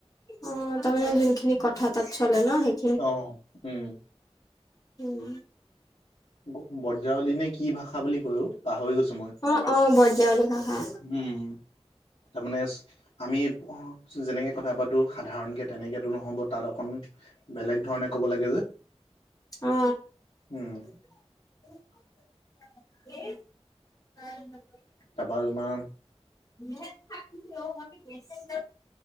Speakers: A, on the left; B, on the left.
A: অ তাৰমানে যোনখিনি কথা তাত চলে ন সেই
B: অ উম
A: উম
B: ব বজ্ৰাৱলী নে কি ভাষা বুলি কয় অ পাহৰি গৈছো মই
A: অ অ বৰজাৱলী ভাষা
B: উম তাৰমানেস আমি যেনেকে কথা পাতো সাধাৰণকে তেনেকেটো নহ'ব তাত অকন বেলেগ ধৰণে ক'ব লাগে যে
A: অ
B: উম
A: <unintelligible>
B: তাৰাপা তোমাৰ <unintelligible>
A: <unintelligible>